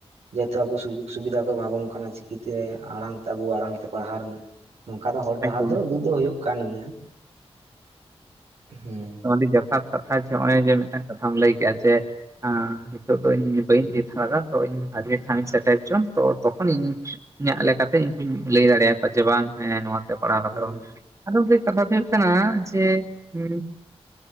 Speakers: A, on the right; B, on the right.
A: ᱡᱮᱦᱮᱛᱩ ᱟᱵᱚ ᱥᱩᱡᱳᱜᱽ ᱥᱩᱵᱤᱫᱷᱟ ᱠᱚ ᱮᱢᱟ ᱵᱚᱱ ᱠᱟᱱᱟ ᱪᱤᱠᱤᱛᱮ ᱟᱲᱟᱝ ᱛᱮ ᱟᱵᱚ ᱟᱲᱟᱝ ᱛᱮ ᱯᱟᱲᱦᱟᱣ ᱨᱮᱱᱟᱜ ᱱᱚᱝᱠᱟ ᱫᱚ ᱦᱚᱨ ᱰᱟᱦᱟᱨ
B: ᱮᱠᱫᱚᱢ
A: ᱫᱚ ᱩᱫᱩᱜ ᱫᱚ ᱦᱩᱭᱩᱜ ᱠᱟᱱ ᱜᱮᱭᱟ᱾ ᱦᱮᱸ
B: ᱟᱹᱰᱤ ᱡᱚᱛᱷᱟᱛ ᱠᱟᱛᱷᱟ ᱡᱮ ᱱᱚᱜᱼᱚᱭ <unintelligible> ᱡᱮ ᱢᱤᱫᱴᱟᱝ ᱠᱟᱛᱷᱟ ᱞᱟᱹᱭ ᱠᱮᱫᱼᱟ ᱡᱮ ᱱᱤᱛᱚᱜ ᱫᱚ ᱤᱧ ᱵᱟᱹᱧ ᱞᱟᱹᱭ ᱫᱷᱟᱨᱟ ᱛᱚ ᱤᱧ ᱟᱨ ᱢᱤᱫ ᱴᱷᱟᱣᱤᱧ ᱥᱮᱴᱮᱨ ᱦᱚᱪᱚ ᱛᱚᱠᱷᱚᱱ ᱤᱧ ᱤᱧᱟᱹᱜ ᱞᱮᱠᱟᱛᱮ ᱤᱧᱠᱩᱧ ᱞᱟᱹᱭ ᱫᱟᱲᱮᱭᱟᱠᱚᱣᱟ ᱡᱮ ᱵᱟᱝ ᱦᱮᱸ ᱱᱚᱣᱟ ᱯᱟᱲᱦᱟᱣ ᱦᱟᱛᱟᱲᱚᱜ
A: ᱦᱮᱸ
B: ᱟᱭ ᱟᱫᱚ ᱢᱤᱫᱴᱮᱡ ᱠᱟᱛᱷᱟ ᱫᱚ ᱦᱩᱭᱩᱜ ᱠᱟᱱᱟ ᱡᱮ ᱦᱩ